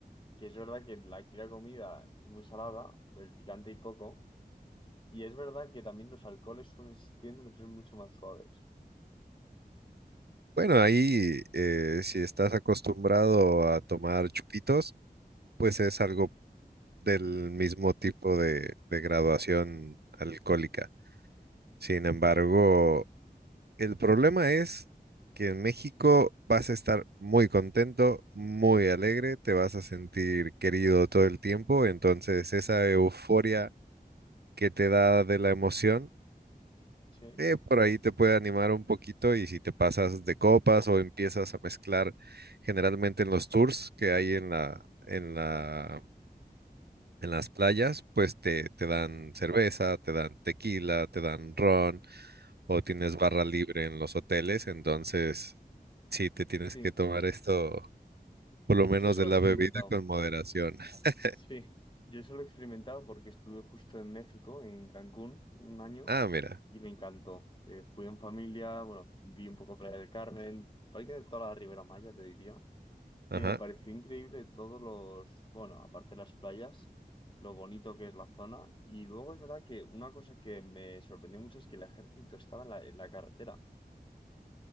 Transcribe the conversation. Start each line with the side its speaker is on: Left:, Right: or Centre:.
Left: que es verdad que la- aquí la comida es muy salada, el picante y poco. Y es verdad que también los alcoholes suelen, tienden a ser mucho más suaves.
Right: Bueno, ahí eh, si estás acostumbrado a tomar chupitos, pues es algo del mismo tipo de, de graduación alcohólica. Sin embargo,
Left: Ujú,
Right: el problema es que en México vas a estar muy contento, muy alegre, te vas a sentir querido todo el tiempo, entonces esa euforia que te da de la emoción
Left: Sí.
Right: Eh, por ahí te puede animar un poquito y si te pasas de copas o empiezas a mezclar generalmente en los tours que hay en la, en la, en las playas, pues te, te dan cerveza, te dan tequila, te dan ron o tienes barra libre en los hoteles, entonces sí te tienes
Left: Sí.
Right: que tomar esto, por lo
Left: Yo
Right: menos
Left: eso
Right: de
Left: lo he
Right: la
Left: experimentado.
Right: bebida, con moderación. <laughs>
Left: Sí. Yo eso lo he experimentado porque estuve justo en México, en Cancún, un año,
Right: Ah, mira,
Left: y me encantó. Eh, fui en familia, bueno, vi un poco Playa del Carmen, prácticamente toda la Ribera Maya, te diría.
Right: ajá.
Left: Y me pareció increíble todos los, bueno, aparte de las playas, lo bonito que es la zona. Y luego es verdad que una cosa que me sorprendió mucho es que el ejército estaba en la, en la carretera.